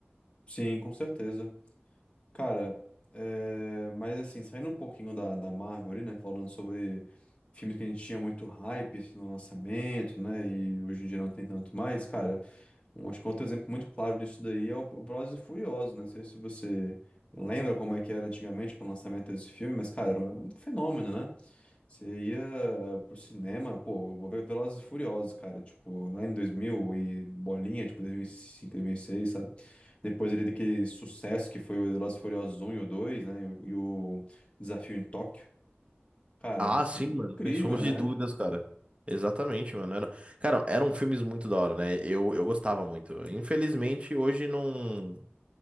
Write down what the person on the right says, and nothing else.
Ah,
sim,
mano, sem sombra
de dúvidas, cara. Exatamente, mano. Era, cara, eram filmes muito da hora, né? Eu, eu gostava muito. Infelizmente, hoje não.